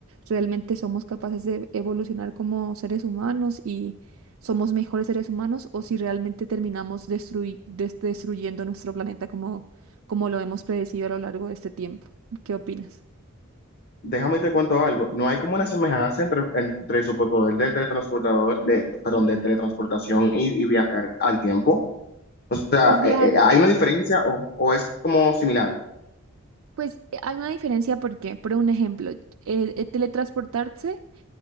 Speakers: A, on the right; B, on the left.
A: realmente somos capaces de evolucionar como seres humanos y somos mejores seres humanos o si realmente terminamos destrui- des- destruyendo nuestro planeta como como lo hemos predecido a lo largo de este tiempo. ¿Qué opinas?
B: Déjame te cuento algo. No hay como una semejanza entre, entre el superpoder de teletransportador, de, perdón, de teletransportación y, y viajar al tiempo. O sea,
A: Pues viajar,
B: eh, eh, ¿hay una diferencia o, o es como similar?
A: pues eh, hay una diferencia porque, por un ejemplo, eh, eh, teletransportarse,